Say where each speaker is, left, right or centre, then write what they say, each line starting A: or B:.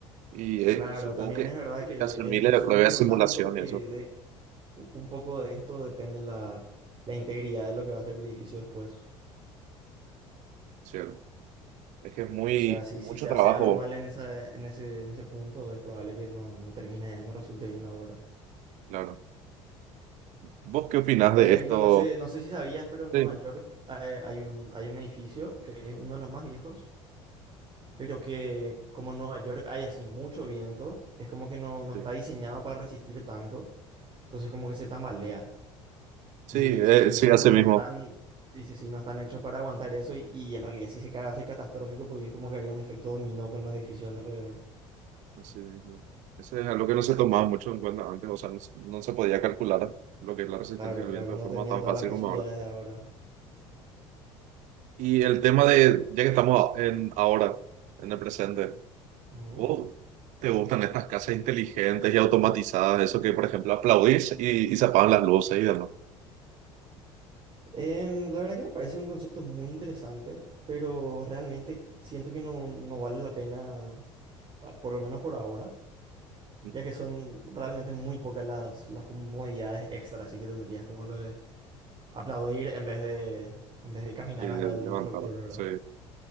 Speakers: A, on the right; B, on the right.
A: Y eh,
B: Claro,
A: supongo
B: también
A: que
B: es verdad
A: tiene
B: que
A: que hacer miles
B: es, es
A: de
B: súper
A: pruebas
B: importante
A: de simulación
B: porque
A: y eso,
B: de- u- un poco de esto depende la, la integridad de lo que va a ser el edificio después.
A: ¿cierto? Es que es muy,
B: O sea, si,
A: mucho
B: si se
A: trabajo,
B: hace algo mal en esa, en ese, en ese punto, es probable que no, no termine, no resulte bien la obra.
A: claro. ¿Vos qué opinás
B: Por
A: de
B: ejemplo,
A: esto?
B: no sé, no sé si sabías, pero en
A: Sí,
B: Nueva York eh, hay un, hay un edificio que es uno de los más viejos pero que como en Nueva York hay así mucho viento, es como que no, no
A: sí,
B: está diseñado para resistir tanto, entonces como que se tambalea
A: sí,
B: y
A: eh,
B: sus cimientos
A: sí, así
B: no,
A: mismo.
B: no están, sí, sí, sí, no están hechos para aguantar eso y, y en realidad sí se cae va a ser catastrófico porque es como que haría un efecto dominó con los edificios alrededor.
A: Así mismo. Eso es algo que no se tomaba mucho en cuenta antes, o sea, no, se no se podía calcular lo que es la resistencia
B: Claro,
A: del
B: claro,
A: viento de
B: no
A: forma
B: tenían
A: tan
B: todas
A: fácil
B: las facilidades
A: como ahora.
B: de ahora.
A: Y el tema de, ya que estamos en ahora, en el presente.
B: Ujú.
A: O ¿te gustan estas casas inteligentes y automatizadas? Eso que, por ejemplo, aplaudís y, y se apagan las luces y demás.
B: Em, la verdad que me parece un concepto muy interesante, pero realmente siento que no, no vale la pena, ah, por lo menos por ahora
A: Ujú.
B: ya que son realmente muy pocas las, las comodidades extras, así que tendrías como lo de aplaudir en vez de, en vez de caminar
A: Y de
B: hasta el
A: levantar,
B: interruptor, ¿verdad?
A: sí.